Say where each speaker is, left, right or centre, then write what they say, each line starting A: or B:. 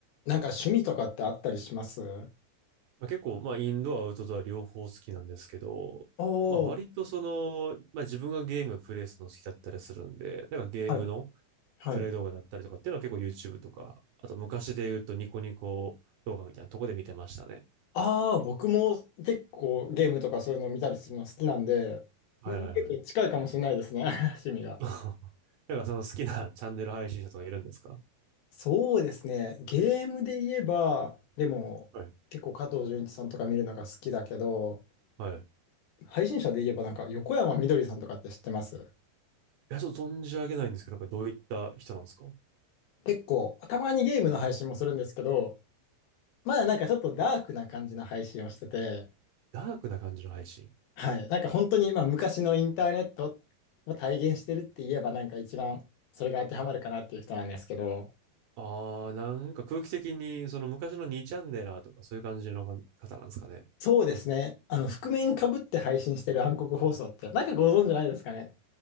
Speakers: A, on the left; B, on the right.
A: なんか趣味とかってあったりします
B: まあ、結構、まあ、インドア、アウトドア両方好きなんですけど、
A: お
B: まあ、割とその、
A: ー、
B: まあ、自分がゲームプレイするの好きだったりするんで、なんかゲームの
A: はい。はい。
B: プレイ動画だったりとかっていうのは結構 YouTube とか、あと昔で言うとニコニコ動画みたいなとこで見てましたね。
A: ああ、僕も結構ゲームとかそういうのを見たりするの好きなんで、
B: はいはいはい。
A: ね結構近いかもしれないですね、<laughs> 趣味が。
B: <laughs> なんかその好きなチャンネル配信者とかいるんですか
A: そうですね。ゲームで言えば、でも結構加藤純一さんとか見るのが好きだけど、
B: はい。はい。い
A: 配信者で言えばなんか横山みどりさんとかって知ってます
B: や、ちょっと存じ上げないんですけど、なんかどういった人なんですか
A: 結構、たまにゲームの配信もするんですけど、まだなんかちょっとダークな感じの配信をしてて、
B: ダークな感じの配信。
A: はい。なんか本当に、まあ、昔のインターネットを体現してるって言えば、なんか一番それが当てはまるかなっていう人なんですけど、
B: あー、なんか空気的に、その昔の2チャンネラーとかそういう感じの方なんですかね。
A: そうですね。あの、覆面かぶって配信してる暗黒放送って、なんかご存知ないですかね